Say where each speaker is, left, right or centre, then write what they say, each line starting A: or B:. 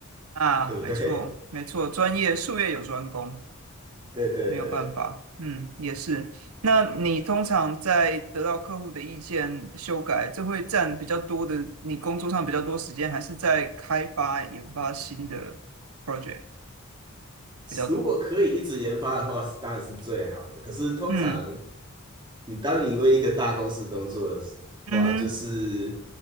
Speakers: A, on the right; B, on the right.
A: 啊，
B: 对不对？
A: 没错，没错，专业术业有专攻，
B: 对对对，
A: 没有办法。嗯，也是。那你通常在得到客户的意见修改，这会占比较多的，你工作上比较多时间，还是在开发研发新的 project 比较多？
B: 如果可以一直研发的话，当然是最好的。可是通常
A: 嗯
B: 你当你为一个大公司工作的话，
A: 嗯哼
B: 就是